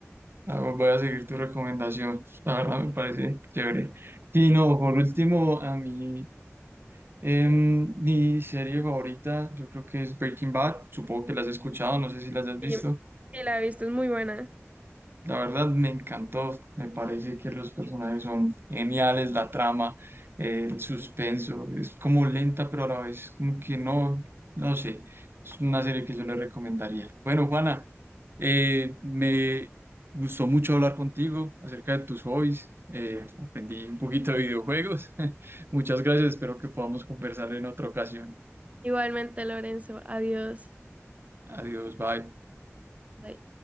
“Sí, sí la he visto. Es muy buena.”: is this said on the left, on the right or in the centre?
Right